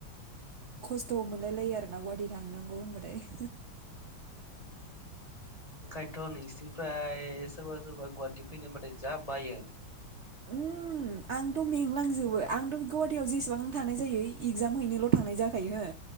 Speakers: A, on the right; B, on the left.
A: खस्थ' मोनलाय लायो आरो ना गुवाहाटि थांनांगौ होनबाथाय <unintelligible>
B: ओंखायनोथ' नोंसिनिफ्राय सोरबा सोरबा गुवाहाटि फैनो होनबाथाय जा बायो।
A: ओम आंथ' मेंलांजोबो आंथ' गुवाहाटियाव जेसेबां थानाय जायो इगजाम हैनोल' थानाय जाखायो हो